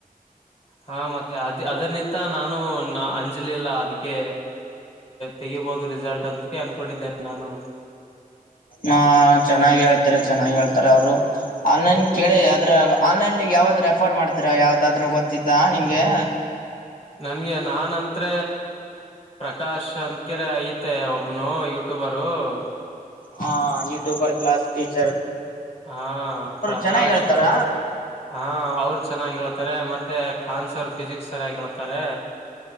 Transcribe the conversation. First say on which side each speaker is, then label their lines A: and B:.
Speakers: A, on the left; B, on the left.
A: ಹಾ ಮತ್ತೆ ಅದ ಅದರಿ ನಾನು ಅಂಜಲಿಲ್ಲ ಅದಕ್ಕೆ ತೆಗಬಹುದು ರಿಸಲ್ಟ್ ಅಂತಿ ಅನ್ಕೊಂಡಿದ್ದೇನೆ. ನಾನು
B: ಹಾ ಚೆನ್ನಾಗಿ ಹೇಳ್ತಾರೆ ಚೆನ್ನಾಗಿ ಹೇಳ್ತ. ತರ ಅವರು. ಆನ್ಲೈನ್ ಕೇಳಿ. ಆನ್ಲೈನ್ಲ್ಲಿ ಯಾವ್ದ ರೆಫರ್ ಮಾಡ್ತೀರಾ ಯಾವ್ದಾದ್ರೂ ಗೊತ್ತತ್ತ ನಿಮ್ಗೆ
A: ನನ್ಗೆ ನಾನ್ ಅಂತ್ರ ಪ್ರಕಾಶ್ ಅಂತಕರೆ ಐತೆ ಒಬ್ನು ಯೂಟ್ಯೂಬರ್ ಯಾರು
B: ಹ ಯೂ್ಯೂಬರ್ ಕ್ಲಾಸ್ ಟೀಚ್
A: ಹಾ ಪ್ರಕಾಶ್
B: ಚೆನ್ನಾಗ್ ಹೇಳ್ತಾರ
A: ಹಾ ಅವರು ಚೆನ್ನಾಗಿ ಹೇಳ್ತಾರೆ ಮತ್ತೆ ಆನ್ಸರ್ ಫಿಸಿಕ್ಸ್ರಯ ಹೇಳ್ತಾರೆ